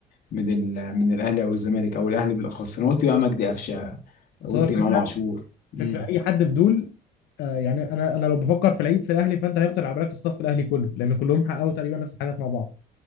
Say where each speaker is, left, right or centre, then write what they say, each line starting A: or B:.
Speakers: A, on the left; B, on the left.
A: من ال... من الاهلي او الزمالك او الاهلي بالاخص انا قلت بقى مجدي قفشه
B: بس
A: قلت
B: هو الفكره
A: امام عاشور امم
B: فكره اي حد في دول آه يعني انا انا لو بفكر في لعيب في الاهلي فانت هيخطر على بالك الصف الاهلي كله لان كلهم حققوا تقريبا نفس الحاجات مع بعض